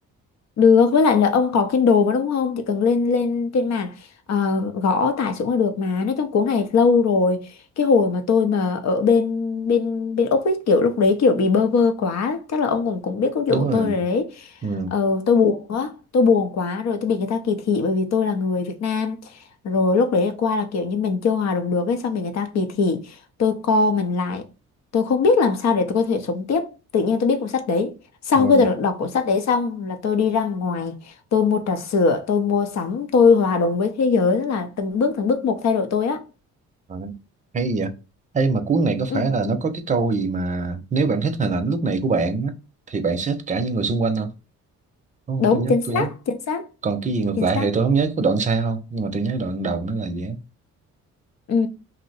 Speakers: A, on the left (about 60°); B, on the right (about 25°).
A: Được, với lại là ông có Kindle mà đúng không? Chỉ cần lên lên trên mạng ờ, gõ tải xuống là được mà. Nói chung cuốn này lâu rồi. Cái hồi mà tôi mà ở bên bên bên Úc ấy, kiểu lúc đấy kiểu bị bơ vơ quá, chắc là ông cũng cũng biết câu chuyện
B: Đúng
A: của
B: rồi.
A: tôi rồi đấy.
B: Ừ.
A: Ờ, tôi buồn quá, tôi buồn quá rồi tôi bị người ta kỳ thị bởi vì tôi là người Việt Nam. Rồi lúc đấy qua là kiểu như mình chưa hòa đồng được ấy, xong bị người ta kỳ thị. Tôi co mình lại. Tôi không biết làm sao để tôi có thể sống tiếp. Tự nhiên tôi biết cuốn sách đấy. Sau
B: Ờ,
A: khi đọc, đọc cuốn sách đấy xong là tôi đi ra ngoài, tôi mua trà sữa, tôi mua sắm, tôi hòa đồng với thế giới, tức là từng bước từng bước một thay đổi tôi á.
B: À, hay vậy Ê mà cuốn này có
A: Ừ,
B: phải là nó có cái câu gì mà nếu bạn thích hình ảnh lúc này của bạn á, thì bạn sẽ thích cả những người xung quanh không đúng không
A: đúng,
B: tôi nhớ
A: chính xác,
B: tôi nhớ
A: chính xác,
B: còn cái gì ngược
A: chính
B: lại
A: xác.
B: thì tôi không nhớ có đoạn sau không nhưng mà tôi nhớ đoạn đầu nó là gì á
A: Ừ.